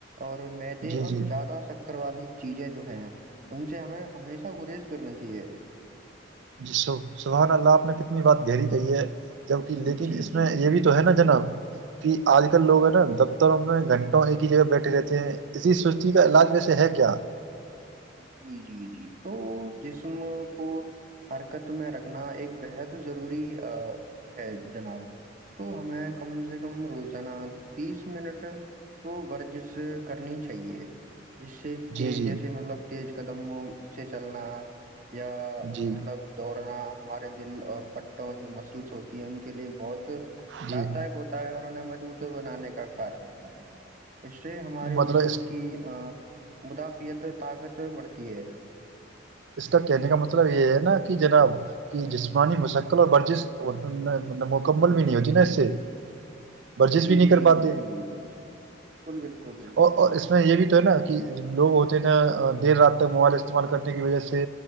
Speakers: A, on the right; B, on the right.
A: اور مدے
B: جی
A: اور
B: جی
A: زادہ شکر والی چیزیں جو ہیں ان سے ہمیں ہمیشہ گریز کرنا چاہیے
B: جی س سبحان اللہ آپ نے کتنی بات گہری کہی ہے جبک لیکن
A: جی
B: اس
A: جی
B: میں یہ
A: جی
B: بھی تو ہے نا جناب کہ آج کل لوگ ہیں نا دفتروں میں گھنٹوں ایک ہی جگہ بیٹھے رہتے ہیں اسی سوستی کا علاج ویسے ہے کیا
A: جی جی جی تو جسم کو حرکت میں رکھنا ایک بےحد ضروری ہے جناب تو ہمیں کم سے کم روزانہ تیس منٹ تو ورزش کرنی چاہیے جس سے تیجس
B: جی جی
A: تیز قدموں سے چلنا یا
B: جی
A: مطلب دوڑنا ہمارے دل اور پٹوں جو مسلس ہوتی ہیں ان کے لیے بہت
B: جی
A: لابھ داک ہوتا ہے اور انہیں مجبوط ہو بانے کا کار کرتا ہے اس سے ہمارے
B: مطلب
A: جسم
B: اس
A: کی مدا یہ تو طاقت بڑھتی ہے
B: اس کا کہنے کا مطلب یہ ہے نا کہ جناب کہ جسمانی مستقل اور ورزش مکمل بھی نہیں
A: جی
B: ہوتی نا
A: جی
B: اس سے
A: جی
B: ورزش
A: جی
B: بھی نہیں کر
A: جی
B: پاتے
A: بالکل بالکل بالکل بالکل بالکل
B: اور اس میں یہ بھی تو ہے نا کہ لوگ ہوتے ہیں نا دیر رات تک موبائل استعمال کرنے کی وجہ سے سے